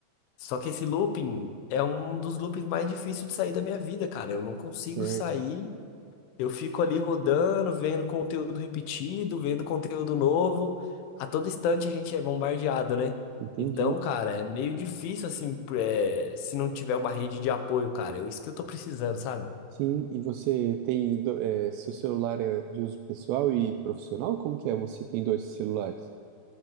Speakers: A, on the left; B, on the right.
A: Só que esse looping é um dos loopings mais difíceis de sair da minha vida, cara. Eu não consigo
B: Certo,
A: sair eu fico ali rodando, vendo conteúdo repetido, vendo conteúdo novo. A todo instante a gente é bombardeado, né?
B: entendi.
A: Então, cara, é meio difícil, assim, é, se não tiver uma rede de apoio, cara. É isso que eu tô precisando, sabe?
B: Sim, e você tem, do- é, seu celular é de uso pessoal e profissional? Como que é? Você tem dois celulares?